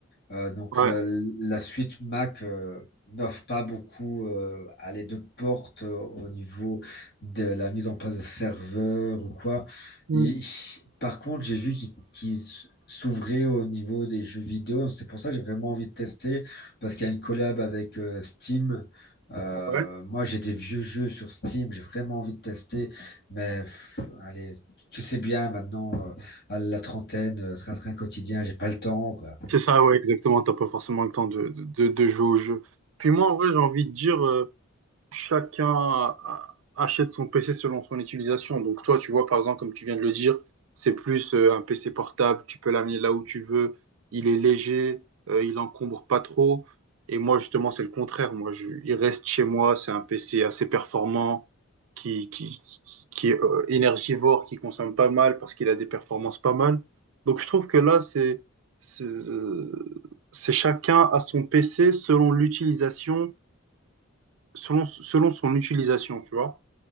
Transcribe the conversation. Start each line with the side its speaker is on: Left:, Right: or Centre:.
Left: Euh, donc
Right: Ouais.
Left: euh, la suite Mac euh, n'offre pas beaucoup euh, à les deux portes euh, au niveau de la mise en place de serveurs ou quoi.
Right: Mm.
Left: Il- par contre, j'ai vu qu'ils qu'ils s'ouvraient au niveau des jeux vidéo. C'est pour ça que j'ai vraiment envie de tester parce qu'il y a une collab avec euh, Steam. Euh,
Right: Ouais.
Left: moi, j'ai des vieux jeux sur Steam, j'ai vraiment envie de tester, mais pff, allez, tu sais bien maintenant, euh, à la trentaine, euh, train-train quotidien, j'ai pas le temps, quoi.
Right: C'est ça, ouais, exactement. T'as pas forcément le temps de, de, de jouer au jeu. Puis moi, en vrai, j'ai envie de dire, euh, chacun achète son PC selon son utilisation. Donc toi, tu vois, par exemple, comme tu viens de le dire, c'est plus euh, un PC portable, tu peux l'amener là où tu veux, il est léger, euh, il encombre pas trop. Et moi, justement, c'est le contraire. Moi, je, il reste chez moi, c'est un PC assez performant, qui, qui, qui est euh, énergivore, qui consomme pas mal parce qu'il a des performances pas mal. Donc je trouve que là, c'est, c'est euh, c'est chacun à son PC selon l'utilisation Selon, selon son utilisation, tu vois.